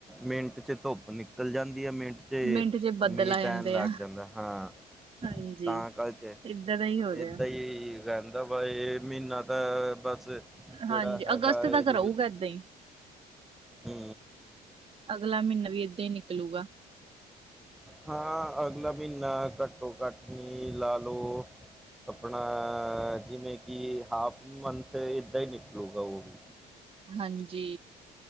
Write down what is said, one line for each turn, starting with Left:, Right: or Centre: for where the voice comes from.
Centre: ਮਿੰਟ 'ਚ ਧੁੱਪ ਨਿਕਲ ਜਾਂਦੀ ਆ ਮਿੰਟ ਚ ਤੇ
Right: ਮਿੰਟ ਚ ਬੱਦਲ
Centre: ਮੀਂਹ
Right: ਆ
Centre: ਪੈਣ
Right: ਜਾਂਦੇ
Centre: ਲੱਗ
Right: ਆ
Centre: ਜਾਂਦਾ ਹਾਂ।
Right: ਹਾਂਜੀ
Centre: ਤਾਂ ਕਰਕੇ,
Right: ਏਦਾਂ ਦਾ ਹੀ ਹੋ ਰਿਹਾ।
Centre: ਏਦਾਂ ਹੀ ਰਹਿੰਦਾ ਬਾ ਇਹ ਮਹੀਨਾ ਤਾਂ ਬਸ ਜਿਹੜਾ
Right: ਹਾਂਜੀ,
Centre: ਹੈਗਾ
Right: ਅਗਸਤ
Centre: ਇਹਦੇ
Right: ਤੱਕ ਰਹੂਗਾ
Centre: ਵਿੱਚ
Right: ਏਦਾਂ ਹੀ,
Centre: ਹੂੰ,
Right: ਅਗਲਾ ਮਹੀਨਾ ਵੀ ਏਦਾਂ ਹੀ ਨਿਕਲੂਗਾ।
Centre: ਹਾਂ, ਅਗਲਾ ਮਹੀਨਾ ਘੱਟੋ ਘੱਟ ਮੀਂਹ ਲਾ ਲੋ। ਆਪਣਾ, ਜਿਵੇਂ ਕਿ ਹਾਫ ਮੰਥ ਇੱਦਾਂ ਹੀ ਨਿਕਲੂਗਾ ਉਹ ਵੀ
Right: ਹਾਂਜੀ।